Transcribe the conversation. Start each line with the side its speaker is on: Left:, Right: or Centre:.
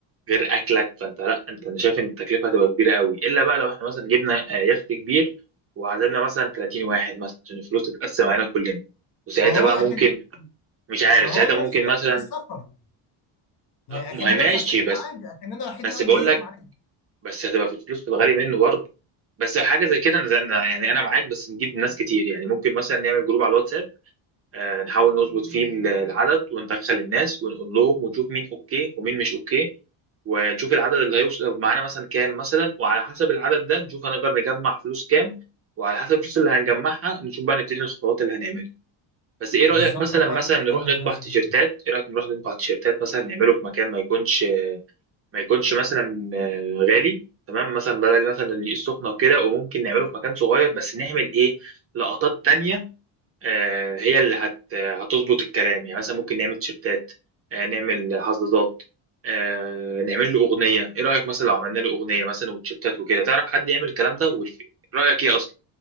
Right: غير أكلك فأنت لأ أنت أنا شايف إن التكلفة هتبقى كبيرة قوي إلا بقى لو إحنا مثلا جبنا آه، يخت كبير وعزمنا مثلا 30 واحد مثلا عشان الفلوس تتقسم علينا كلنا وساعتها
Left: ما هو
Right: بقى
Left: اكن
Right: ممكن مش عارف
Left: ما هو
Right: ساعتها
Left: نفس
Right: ممكن
Left: فكره
Right: مثلا
Left: السفر يعني
Right: آه،
Left: اكننا
Right: ما هي ماشي
Left: مسافرين
Right: بس
Left: عادي اكننا رايحين
Right: بس
Left: نقضي
Right: بقول
Left: يوم
Right: لك
Left: عادي
Right: بس هتبقى في الفلوس في الغالي منه برضه بس حاجه زي كده أنا- أنا- يعني انا معاك بس نجيب ناس كتير يعني ممكن مثلا نعمل جروب على الواتساب آه، نحاول نظبط فيه ال- العدد وندخل الناس ونقول لهم ونشوف مين اوكي ومين مش اوكي ونشوف العدد اللي هيوصل معانا مثلا كام مثلا وعلى حسب العدد ده نشوف هنقدر نجمع فلوس كام وعلى حسب الفلوس اللي هنجمعها نشوف بقى نبتدي الخطوات اللي هنعملها بس ايه
Left: بالظبط
Right: رايك مثلا
Left: هو
Right: مثلا
Left: انا
Right: نروح
Left: أنا
Right: نطبع
Left: حاسس
Right: تيشيرتات ايه رايك نروح نطبع تيشيرتات مثلا نعمله في مكان ما يكونش ما يكونش مثلا آه، غالي تمام مثلا بدل مثلا الدقيق السخنه وكده وممكن نعمله في مكان صغير بس نعمل ايه لقطات تانية آه، هي اللي هت هتظبط الكلام يعني مثلا ممكن نعمل تيشيرتات آه، نعمل حظاظات آه، نعمل له اغنيه ايه رايك مثلا لو عملنا له اغنيه مثلا وتيشيرتات وكده تعرف حد يعمل الكلام ده والف... رايك ايه اصلا